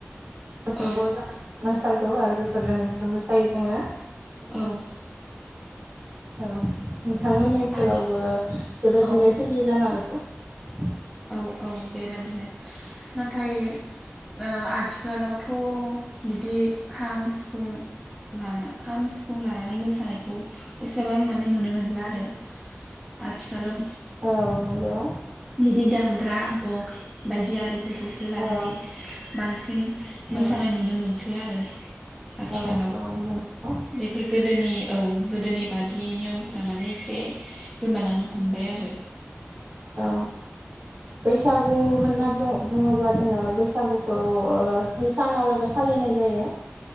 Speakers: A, on the right; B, in the centre.
A: बेफोरखौ
B: औ
A: जाहा <unintelligible> नांथार गौ आरो बेफोरजों दोबो सायो जोङो
B: औ
A: औ नोंथांमोननि ओनसोलावबो
B: आथि
A: बेबायदिनो
B: औ
A: सोलियो जानो <unintelligible>
B: औ औ बेबादिनो नाथाय ओ आथिखालावथ' बिदि खाम सिफुं लाना खाम सिफुं लानानै मोसानायखौ एसेबां माने नुनो मोनला आरो आथिखालाव
A: औ नंगौ
B: इ दामग्रा बक्स बायदि आरिफोरखौसो लानानै
A: औ
B: बांसिन मोसानाय
A: औ
B: नुनो मोनसै आरो आथिखालाव
A: औ औ नंगौ
B: बेफोर गोदोनि औ गोदोनि बादि नियम फोरा माने एसे गोमालांनो हमबाय आरो
A: औ बैसागु होनना बुं बुङोब्ला जोङो बैसागुखौ ओ स्नि सानावलागै फालिनाय जायो